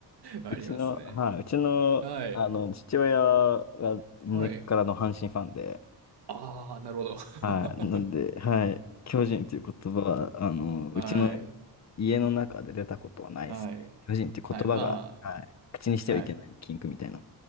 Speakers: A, on the right (about 65°); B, on the left (about 40°).
A: ありますね。
B: うちの、はい、うちの、
A: はい。
B: あの、父親が根っからの阪神ファンで、
A: はい。ああ、なるほど。
B: はい。
A: <laughs>
B: なんで、はい。巨人という言葉は、あの、
A: はい。
B: うちの家の中で出たことはないですね。
A: はい。
B: 巨人という言葉が、
A: はい。まあ、
B: はい。口にしてはいけない禁句みたいな。
A: はい。